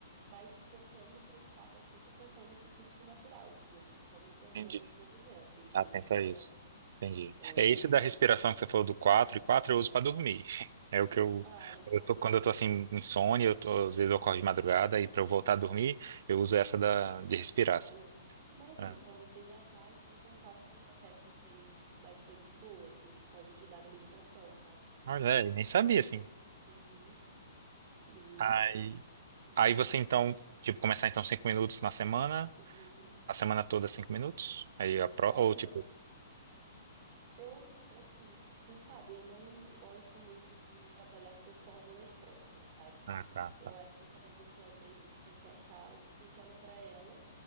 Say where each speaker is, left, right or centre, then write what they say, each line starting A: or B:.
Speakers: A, on the right (about 40°); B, on the right (about 60°).
A: mas tentando prestar bastante atenção nesse fluxo natural, entendeu? Prestando atenção
B: entendi.
A: nesse movimento de encher
B: Atenta
A: o pulmão.
B: a isso. Entendi.
A: É...
B: É esse da respiração que você falou do 4 e 4 eu uso pra dormir. <laughs> É o que eu,
A: Ah, legal.
B: eu tô- quando eu tô assim insônia, eu
A: Uhum.
B: tô, às vezes eu acordo de madrugada e pra eu voltar a dormir, eu uso essa da de respirar assim.
A: Olha, que maravilha.
B: É.
A: Então você já está em contato com uma técnica aí bastante boa, assim, que pode ajudar na meditação, sabe?
B: Olha, é, e nem sabia assim.
A: Uhum. E.
B: Aí,
A: Uhum.
B: aí você então, tipo, começar então cinco minutos na semana,
A: Uhum.
B: a semana toda 5 minutos. Aí a pro,
A: Olha,
B: ou tipo,
A: eu, assim, você sabe, eu não gosto muito de trabalhar com fórmulas prontas, sabe?
B: ah, tá,
A: Eu
B: tá.
A: acho que cada pessoa meio que tem que achar o que funciona para ela.